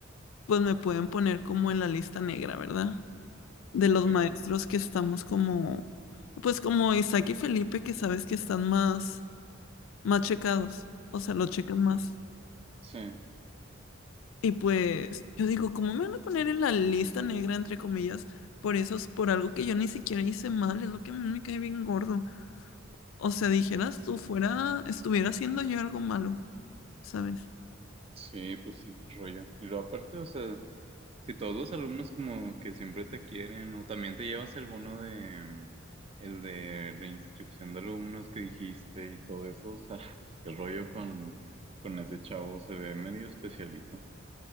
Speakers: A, on the left; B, on the right.
A: pues me pueden poner como en la lista negra, ¿verdad? De
B: Ok.
A: los maestros que estamos como, pues como Isaac y Felipe, que sabes que están más, más checados, o sea, lo checan más.
B: Sí.
A: Y pues yo digo, ¿cómo me van a poner en la lista negra, entre comillas, por eso, por algo que yo ni siquiera hice mal? Es lo que a mí me cae bien gordo. O sea, dijeras tú fuera, estuviera haciendo yo algo malo, ¿sabes?
B: Sí, pues sí, qué rollo. Y luego aparte, o sea. Si todos los alumnos como que siempre te quieren, o también te llevas el bono de mm, el de reinscripción de alumnos que dijiste y todo eso, o sea, <laughs> el rollo con, con ese chavo se ve medio especialito.